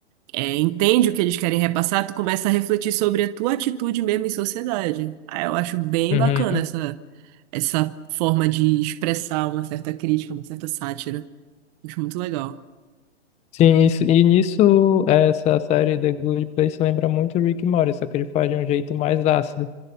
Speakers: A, on the right (about 35°); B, on the left (about 20°).
A: é, entende o que eles querem repassar, tu começa a refletir sobre a tua atitude mesmo em sociedade. Aí eu acho bem
B: Uhum.
A: bacana essa, essa forma de expressar uma certa crítica, uma certa sátira. Acho muito legal.
B: Sim, isso, e nisso, essa série The Good Place lembra muito Rick e Morty, só que ele faz de um jeito mais ácido